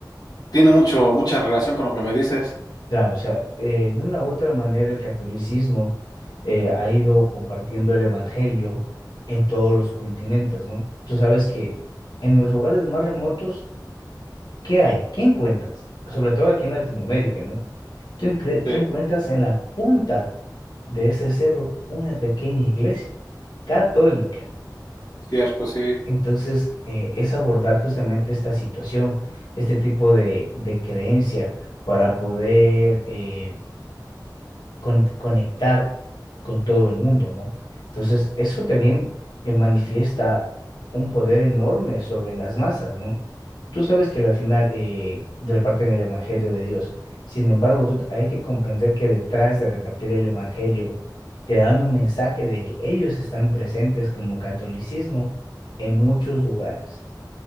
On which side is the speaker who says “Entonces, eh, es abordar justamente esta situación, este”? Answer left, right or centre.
Left